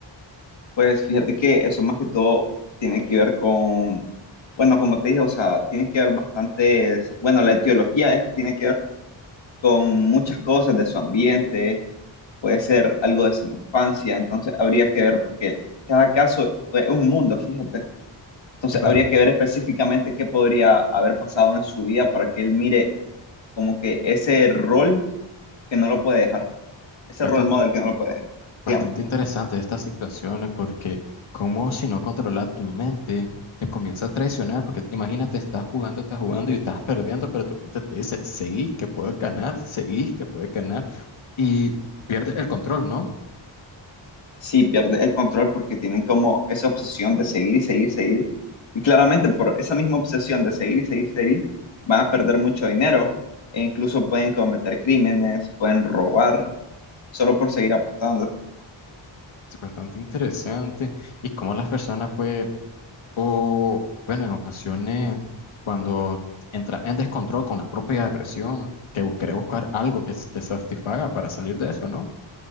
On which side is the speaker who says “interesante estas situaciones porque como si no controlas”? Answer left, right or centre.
Left